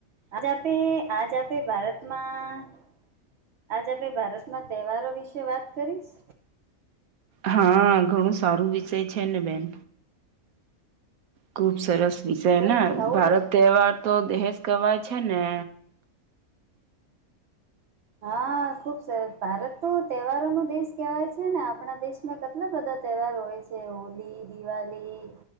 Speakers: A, on the right; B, on the right.
A: આજ આપે આજ આપે ભારતમાં આજ આપે ભારત મા તહેવારો વિશે વાત કરીશ
B: હા ઘણું સારું વિષય છે ને બેન ખુબ સરસ વિષય
A: બસ
B: ને
A: ખાવું
B: ભારત
A: પી
B: તહેવાર તો દેહેજ કવાય છે ને
A: હા ખુબ સરસ ભારત તો તહેવારો ન દેશ કહેવાય છે ને આપણા દેશ દમાં કેટલા બધા તહેવાર હોય છે હોલી દિવાળી